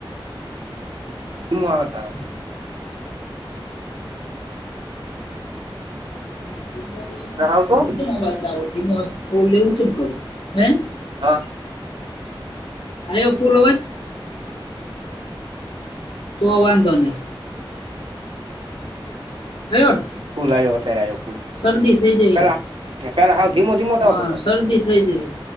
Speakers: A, on the right (about 80°); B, on the left (about 75°).
A: ધીમો આવે તારો
B: <unintelligible>
A: ના આવતો હા.
B: આયો, ફૂલ અવાજ? તો વાંધો નહી. આયો ને
A: ફૂલ આવ્યો, અત્યારે આવ્યો ફૂલ.
B: શરદી થઈ જાય
A: પેલા
B: હે
A: સાવ હાવ ધીમો ધીમો જ
B: હા
A: આવતો હતો
B: શરદી થઈ જાય